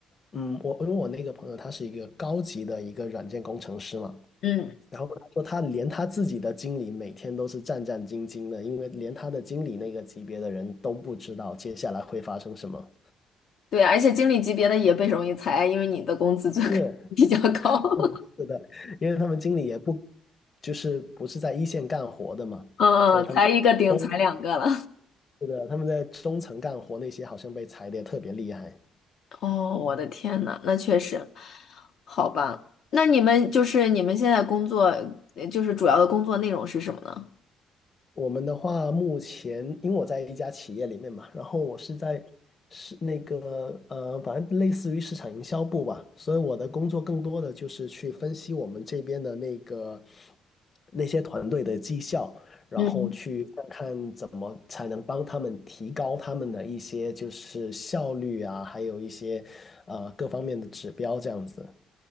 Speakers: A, on the left (about 25°); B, on the left (about 60°).
A: 嗯，我因为我那个朋友他是一个高级的一个软件工程师嘛，
B: 嗯，
A: 然后他说他连他自己的经理每天都是战战兢兢的，因为连他的经理那个级别的人都不知道接下来会发生什么。
B: 对，而且经理级别的也被容易裁，因为你的工资就
A: 是
B: <laughs> 比较高。
A: 是的，
B: <laughs>
A: 是的，因为他们经理也不就是不是在一线干活的嘛，
B: 嗯嗯，
A: 所以他们中
B: 裁一个顶裁两个了。
A: 是的，他们在中层干活那些好像被裁的也特别厉害。
B: 哦，我的天呐，那确实，好吧。那你们就是你们现在工作，呃就是主要的工作内容是什么呢？
A: 我们的话，目前因为我在一家企业里面嘛，然后我是在是那个呃，反正类似于市场营销部吧，所以我的工作更多的就是去分析我们这边的那个那些团队的绩效，然后去看看怎么才能帮他们提高他们的一些就是效率啊，
B: 嗯，
A: 还有一些呃各方面的指标这样子。